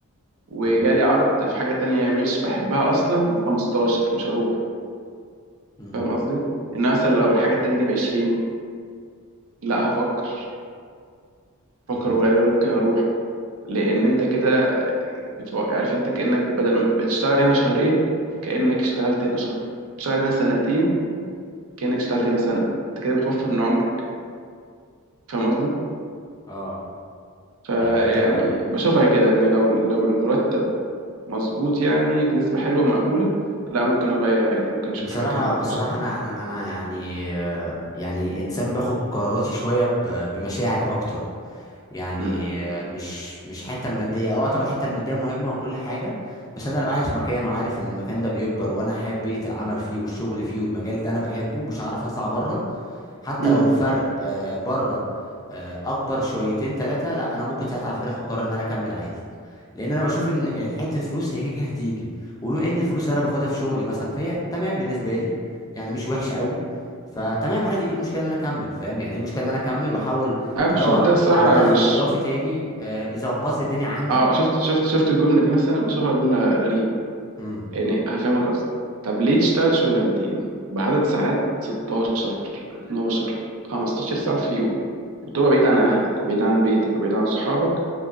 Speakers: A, on the right; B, on the left.
A: وجالي
B: امم
A: عرض في حاجه تانية مش بحبها اصلا ب 15 مش هروح
B: امم
A: فاهم قصدي ان مثلا لو الحاجه التانية دي ب 20 لا هفكر هفكر
B: امم
A: وغالبا ممكن اروح لان انت كده آه، بتو... عارف انت كانك بدل بتشتغل هنا شهرين كانك اشتغلت هنا شهر تشتغل هنا سنتين كأنك اشتغلت هنا سنة انت كده بتوفر من عمرك فاهم قصدي؟
B: اه
A: فيعني
B: يعني انت
A: بشوفها كده ان لو لو المرتب مظبوط يعني بنسبة حلوة مقبولة لا ممكن اغير عادي ممكن اشوف
B: بصراحه
A: حاجة تانية ورا
B: بصراحه انا انا انا يعني آه، يعني انسان باخد قراراتي شويه ب- بمشاعري اكتر يعني
A: امم
B: آه، مش مش الحته الماديه اه طبعا الحته الماديه مهمه وكل حاجه بس انا لو قاعد في مكان وعارف ان المكان ده بيكبر وانا حابب بيئه العمل فيه والشغل فيه والمجال ده انا بحبه مش هعرف اطلع بره حتى
A: امم
B: لو الفرق آه، بره آه، اكبر شويتين ثلاثه لا انا ممكن ساعتها على فكره اخد قرار ان انا اكمل عادي لان انا بشوف ان حته فلوس هي كده كده هتيجي وبما ان الفلوس اللي انا باخدها في شغلي مثلا فهي تمام بالنسبه لي يعني مش وحشه قوي فتمام عادي ايه المشكله ان انا اكمل فاهم يعني ايه المشكله ان انا اكمل واحول
A: انا بشوف
B: ادور
A: ده
B: على
A: الصراحة
B: على دخل
A: مش
B: اضافي تاني آه، يظبط لي الدنيا عندي
A: اه شفت شفت شفت الجملة دي مثلا بشوفها جملة غريبة
B: امم
A: يعني هفهمك قصدي طب ليه تشتغل شغلانتين بعدد ساعات 16 12 15 ساعة في اليوم وتبقى بعيد عن اهلك وبعيد عن بيتك وبعيد عن صحابك